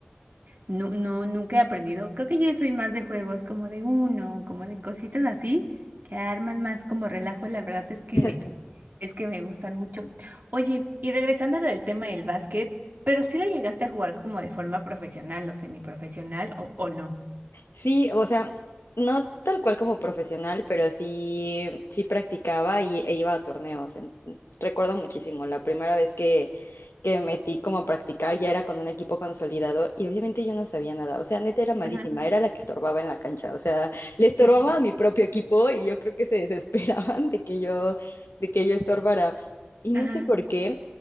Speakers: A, on the right (about 50°); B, on the left (about 80°).
A: No, no, nunca he aprendido. Creo que yo soy más de juegos como de uno, como de cositas así, que arman más como relajo. La verdad es que
B: <laughs>
A: es que me gustan mucho. Oye, y regresando al tema del básquet, pero sí la llegaste a jugar como de forma profesional o semiprofesional o, o no.
B: Sí, o sea, no tal cual como profesional, pero sí, sí practicaba y, e iba a torneos. en- recuerdo muchísimo, la primera vez que, que metí como a practicar ya era con un equipo consolidado y obviamente yo no sabía nada. O sea, neta era malísima,
A: Ajá,
B: era la que estorbaba en la cancha. O sea, le estorbaba
A: <laughs>
B: a mi propio equipo y yo creo que se <laughs> desesperaban de que yo, de que yo estorbara. Y no
A: ajá,
B: sé por qué,